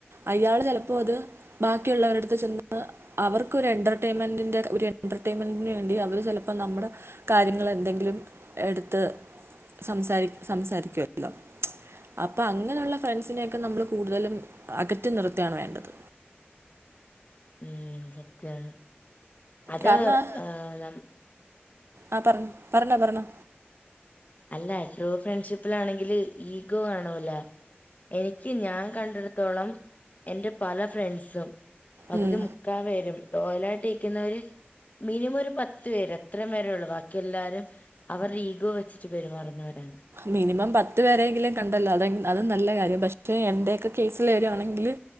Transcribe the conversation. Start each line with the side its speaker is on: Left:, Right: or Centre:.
Right: അയാള് ചിലപ്പോ അത് ബാക്കിയുള്ളവരെടുത്ത് ചെന്ന് അവർക്കൊര് എന്റർമെന്റിന്റെ ഒരു എന്റർൈൻമെന്റിന് വേണ്ടി അവര് ചിലപ്പോ നമ്മുടെ കാര്യങ്ങള് എന്തെങ്കിലും എടുത്ത് സംസാ സംസാരിക്കുമല്ലോ അപ്പ അങ്ങനെയുള്ള ഫ്രണ്ട്സിനെയൊക്കെ നമ്മൾ കൂടുതലും അകറ്റി നിർത്തിയാണ് വേണ്ടത്
Left: ഉം സത്യാണ് അത്
Right: കാരണം ആ
Left: ഏ ന
Right: ആ പറ പറഞ്ഞോ പറഞ്ഞോ
Left: അല്ല ട്രൂ ഫ്രണ്ട്ഷിപ്പിലാണെങ്കില് ഈഗോ കാണൂല്ല എനിക്ക് ഞാൻ കണ്ടിടത്തോളം എന്റെ പല ഫ്രണ്ട്സും പകുതി
Right: ഉം
Left: മിക്ക വരും ടോലായിട്ട് ഇരിക്കുന്നവര് മിനിമം ഒരു പത്ത് പേര് അത്രയും പേരേ ഉള്ളൂ ബാക്കി എല്ലാരും അവരുടെ ഈഗോ വെച്ചിട്ട് പെരുമാറുന്നവരാണ്
Right: മിനിമം പത്ത് പേരെങ്കിലും കണ്ടല്ലോ അത അതും നല്ല കാര്യം പക്ഷെ എന്റെയൊക്കെ കേസിൽ വരുവാണെങ്കില്